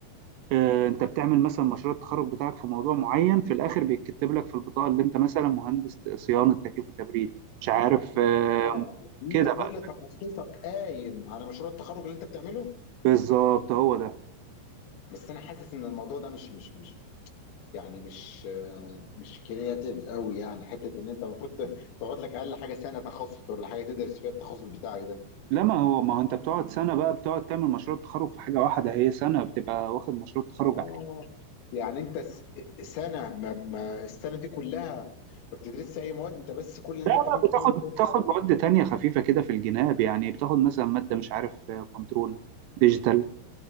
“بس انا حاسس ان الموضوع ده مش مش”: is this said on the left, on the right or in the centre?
Left